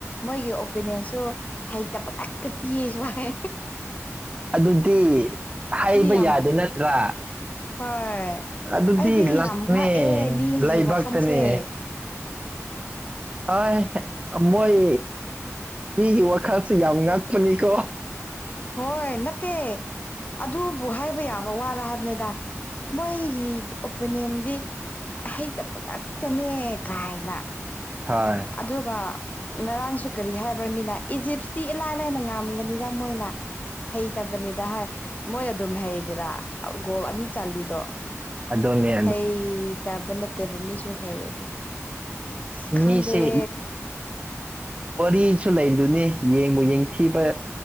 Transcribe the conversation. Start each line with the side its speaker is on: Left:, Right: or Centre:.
Left: ꯃꯣꯏꯒꯤ ꯑꯣꯄꯤꯅꯤꯌꯟꯁꯨ ꯍꯩꯇꯕ ꯉꯥꯛꯇ ꯄꯤꯌꯦ ꯁꯨꯃꯥꯏ
Right: ꯑꯗꯨꯗꯤ ꯍꯥꯏꯕ
Left: ꯌꯥꯝ
Right: ꯌꯥꯗꯦ ꯅꯠꯇ꯭ꯔꯥ
Left: ꯍꯣꯏ
Right: ꯑꯗꯨꯗꯤ
Left: ꯑꯩꯗꯤ
Right: ꯂꯥꯛꯅꯦ
Left: ꯌꯥꯝ ꯉꯛꯑꯦ ꯃꯤꯒꯤ
Right: ꯂꯩꯕꯥꯛꯇꯅꯦ
Left: ꯋꯥꯈꯜꯁꯦ
Right: ꯑ ꯃꯣꯏ ꯃꯤꯒꯤ ꯋꯥꯈꯜꯁꯤ ꯌꯥꯝ ꯉꯛꯄꯅꯤꯀꯣ
Left: ꯍꯣꯏ ꯅꯠꯇꯦ ꯑꯗꯨꯕꯨ ꯍꯥꯏꯕ ꯌꯥꯕ ꯋꯥꯔ ꯍꯥꯏꯕꯅꯤꯗ ꯃꯣꯏꯒꯤ ꯑꯣꯄꯤꯅꯤꯌꯟꯗꯤ ꯍꯩꯇꯕ ꯉꯥꯛꯇꯅꯦ ꯀꯥꯏꯅ
Right: ꯍꯥꯏ
Left: ꯑꯗꯨꯒ ꯉꯔꯥꯡꯁꯨ ꯀꯔꯤ ꯍꯥꯏꯕ꯭ꯔ ꯃꯤꯅ ꯏꯖꯤꯞꯁꯇꯤ ꯏꯂꯥꯏ ꯂꯥꯏꯅ ꯉꯝꯒꯅꯤꯗ ꯃꯣꯏꯅ ꯍꯩꯇꯕꯅꯤꯗ ꯍꯥꯏ ꯃꯣꯏꯅ ꯑꯗꯨꯝ ꯍꯩꯗꯔ ꯒꯣꯜ ꯑꯅꯤ ꯆꯜꯂꯤꯜꯂꯤꯗꯣ
Right: ꯑꯗꯨꯅꯦ
Left: ꯍꯩꯇꯕ ꯅꯠꯇꯦꯕ ꯃꯤꯁꯨ ꯍꯩ ꯑꯗꯨ ꯑꯁ ꯈꯪꯗꯦ
Right: ꯅꯤꯁꯦ ꯋꯥꯔꯤꯁꯨ ꯂꯩꯗꯨꯅꯤ ꯌꯦꯡꯕꯨ ꯌꯦꯡꯊꯤꯕ